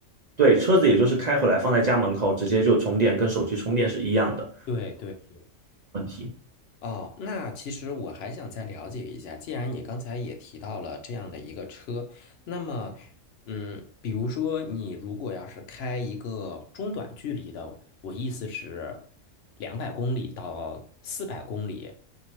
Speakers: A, on the right; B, on the left.
A: 对，车子也就是开回来放在家门口，直接就充电，跟手机充电是一样的
B: 对对对。
A: 问题。
B: 哦，那其实我还想再了解一下，既然你刚才也提到了这样的一个车，那么，嗯，比如说你如果要是开一个中短距离的，我意思是两百公里到四百公里